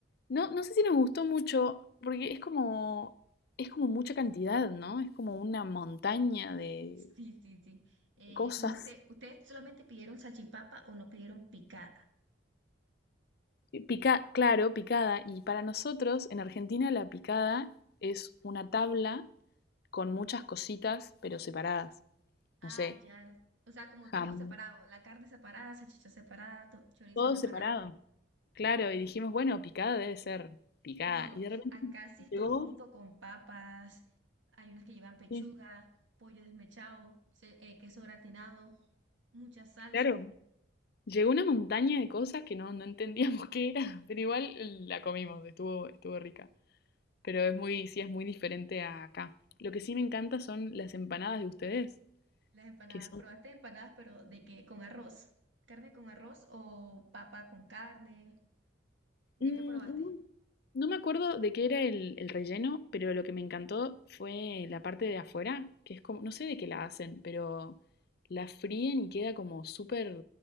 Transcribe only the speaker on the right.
Sí, sí, sí. Eh,
no sé, ¿ustedes solamente pidieron salchipapa o no pidieron picada?
Ah,
ya. O sea, como
todo separado. La carne separada, salchicha separada, to- chorizo
separado.
<laughs>
No,
acá sí es
todo junto con papas. Hay unas que llevan pechuga,
pollo desmechado, se- eh, queso gratinado, mucha salsa.
Las empanadas,
probaste empanadas, pero ¿de qué? ¿Con arroz? ¿Carne con arroz o papa con carne? ¿De
qué probaste?
No